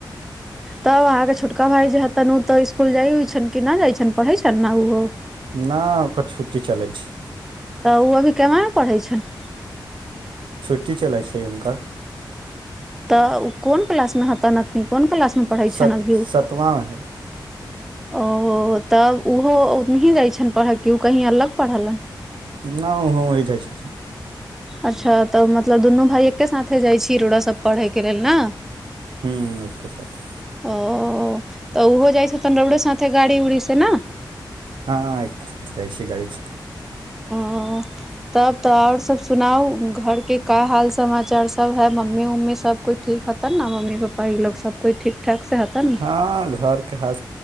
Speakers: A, in the centre; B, on the right.
A: तब अहाँके छोटका भाई जे हेन उ तऽ स्सकुल जाय उइ छन कि न जाय छनि पढ़ै छनि न उ ओ
B: नहि ओकर छुट्टी चलै छै
A: तऽ ओ अभी केना पढ़ै छनि
B: छुट्टी चलै छै हुनकर
A: तऽ ओ कोन क्लास मे हत एखनी कोन क्लास पढ़ै
B: सत
A: छ अभी ओ
B: सतमामे हइ
A: तब ओहो ओहि जाइ छनि पढ़य कि ओ कहीँ अलग पढ़लन
B: नहि ओहो ओ जाइ छथि
A: अच्छा तऽ मतलब दुनू भाइ एकके साथे जाइ छी रोड़ सब पढ़ैके लेल ने
B: ह एकके साथ
A: ओ तऽ उहो जाइ छ तन र उडे साथे गाड़ी उड़ी से ने
B: हँ एक जाइ छियै गाड़ीसँ
A: ह तब तऽ आओर सभ सुनाउ घरके का हाल समाचार सब है मम्मी उम्मी सभकइ ठीक हतन ने मम्मी पप्पा ई लोग सभकइ ठीक ठाक से हतन ने
B: हँ घरके हर